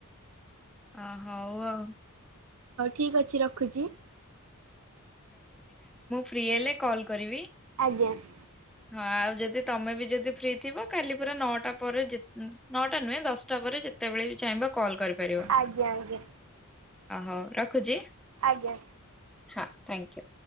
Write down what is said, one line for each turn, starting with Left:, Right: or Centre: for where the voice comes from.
Centre: ଅ ହଉ ଆଉ।
Right: ହଉ ଠିକ ଅଛି ରଖୁଚି।
Centre: ଫ୍ରୀ ହେଲେ କଲ୍ କରିବି।
Right: ଆ <unintelligible>
Centre: ହଁ ଆଉ ଯଦି ତମେ ବି ଯଦି ଫ୍ରି ଥିବ କାଲି ପୁରା ନଅଟା ପରେ ନଅଟା ନୁହେଁ ଦଶଟା ଯେତେବେଳେ ବି ଚାହିଁବ କଲ କରିପାରିବ
Right: ଆଜ୍ଞା ଆଜ୍ଞା
Centre: ହଉ ରଖୁଛି।
Right: ଆଜ୍ଞା
Centre: ହଁ ଥ୍ୟାଙ୍କୟୁ